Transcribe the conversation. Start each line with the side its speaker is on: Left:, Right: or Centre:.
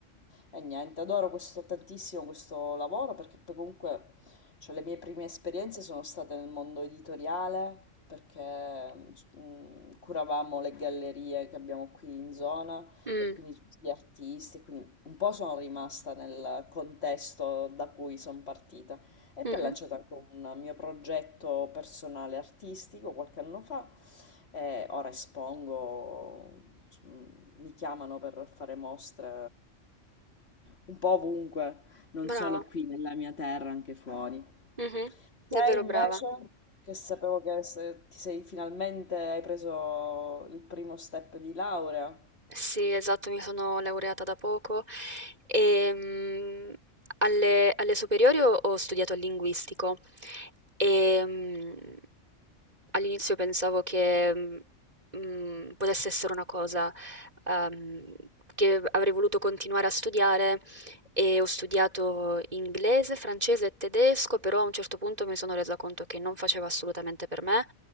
Left: e niente, adoro questo, tantissimo questo lavoro perché poi comunque cioè, le mie prime esperienze sono state nel mondo editoriale perché mm, curavamo le gallerie che abbiamo qui in zona
Right: mm,
Left: e quindi tutti gli artisti, quindi un po' sono rimasta nel contesto da cui sono partita. E
Right: mhm,
Left: poi ho lanciato anche un mio progetto personale artistico qualche anno fa, e ora espongo, insomma, mi chiamano per fare mostre un po' ovunque, non
Right: Brava.
Left: solo qui nella mia terra, anche fuori.
Right: mhm, Davvero
Left: Te invece,
Right: brava.
Left: che sapevo che se- ti sei finalmente hai preso il primo step di laurea.
Right: Sì, esatto, mi sono laureata da poco e mm, alle, alle superiori ho, ho studiato il linguistico e mm, all'inizio pensavo che mm, mm, potesse essere una cosa ehm, che avrei voluto continuare a studiare e ho studiato inglese, francese e tedesco, però a un certo punto mi sono resa conto che non faceva assolutamente per me